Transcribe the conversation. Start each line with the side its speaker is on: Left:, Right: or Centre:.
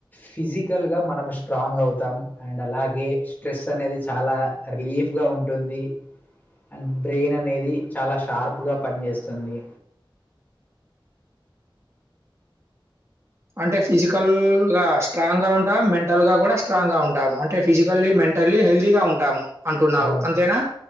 Left: ఫిజికల్ గా మనం స్ట్రాంగ్ అవుతాం అండ్ అలాగే స్ట్రెస్ అనేది చాలా రిలీఫ్గాఊ ఉంటుంది. అండ్ బ్రెయిన్ అనేది చాలా షార్ప్ గా పనిచేస్తుంది.
Right: అంటే ఫిజికల్ గా స్ట్రాంగ్ గా ఉంటాం మెంటల్ గా గుడా స్ట్రాంగ్ గా ఉంటాం అం టే ఫిజికల్లీ మెంటల్లీ హెల్తీ గా అంటాం అంటున్నారు
Left: అవు
Right: అంతేనా